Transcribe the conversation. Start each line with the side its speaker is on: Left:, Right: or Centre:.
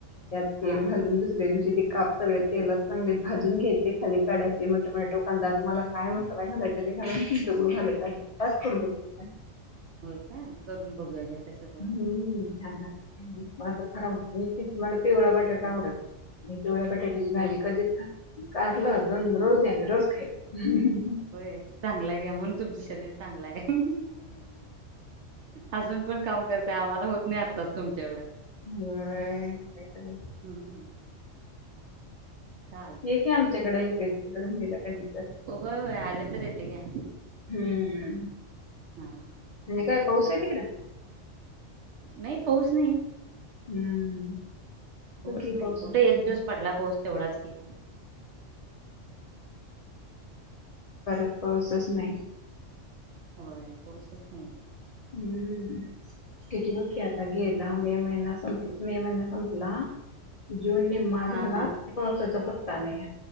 Left: त्यात तेल
Right: हा
Left: घालून
Right: हा
Left: दुसऱ्या दिवशी ते काप सगळ तेल चांगले भाजून घ्यायचे खाली काढायचे मग टोमॅटो कांदा तुम्हाला काय मसाला घालायचा ते घालून चिंचा गुळ घालायचा हो अजिबात कडू होत नाही.
Right: होय का करून बघूया. तसं पण
Left: हम्म हम्म छान लागतं मला तर फार आवडते पिवळा बटाटा
Right: हो
Left: उडत पिवळ्या बटाट्याची भाजी
Right: होय
Left: कधीच खात काय? दोन
Right: हा
Left: रोज द्या मी रोज खा <unintelligible>
Right: होय चांगलं घ्या म्हणून तुमचं शरीर चांगलं आहे अजून पण काम करते आम्हाला होत नाही आत्ताच तुमच्या एवढं
Left: होय, काय करायचं?
Right: हम्म हम्म चालते
Left: ये की आमच्याकडे येते. <unintelligible> काय दात
Right: होय होय आलं तर येते घ्या
Left: हम्म
Right: हा हा
Left: म्हणजे
Right: आलं
Left: काय
Right: तर
Left: पाऊस
Right: येऊन
Left: आहे
Right: जाते
Left: तिकड
Right: नाही पाऊस नाही.
Left: हम्म
Right: पाऊस
Left: बघ की
Right: नाही कुठे
Left: किती
Right: एक दिवस पडला पोच तेवढाच की
Left: परक पाऊसच नाही
Right: होय पोसच नाहीे.
Left: हम्म किती रोखी आता गेला मे महिना संपला मे महिना संपला जून निम्मा
Right: हा
Left: झालासा
Right: हा
Left: प पत्ता नाही